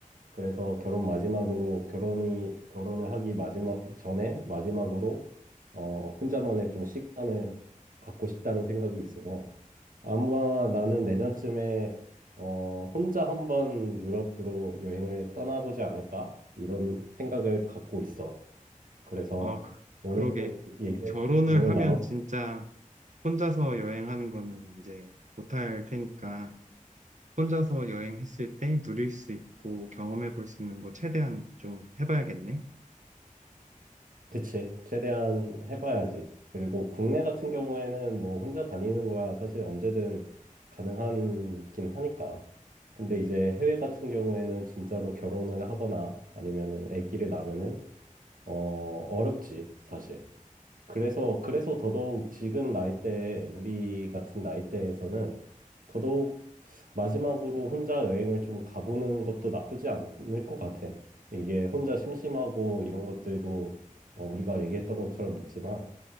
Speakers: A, on the right; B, on the right.
A: 그래서 결혼 마지막으로 결혼이 결혼을 하기 마지막 전에 마지막으로 어 혼자만의 좀 시간을 갖고 싶다는 생각이 있어서 아마 나는 내년쯤에 어 혼자 한번 유럽으로 여행을 떠나보지 않을까 이런 생각을 갖고 있어. 그래서
B: 아, 그,
A: 오늘
B: 그러게.
A: 얘기
B: 결혼을
A: 오늘
B: 하면
A: 나눴
B: 진짜 혼자서 여행하는 거는 이제 못할 테니까 혼자서 여행했을 때 누릴 수 있고 경험해 볼 수 있는 거 최대한 좀 해봐야겠네.
A: 그치. 최대한 해봐야지. 그리고 국내 같은 경우에는 뭐 혼자 다니는 거야 사실 언제든 가능하긴 하니까. 근데 이제 해외 같은 경우에는 진짜로 결혼을 하거나 아니면은 아기를 낳으면은 어, 어렵지, 사실. 그래서, 그래서 더더욱 지금 나이대에, 우리 같은 나이대에서는 더더욱 마지막으로 혼자 여행을 좀 가보는 것도 나쁘지 않을 것 같아. 이게 혼자 심심하고 이런 것들도 어, 우리가 얘기했던 것처럼 있지만,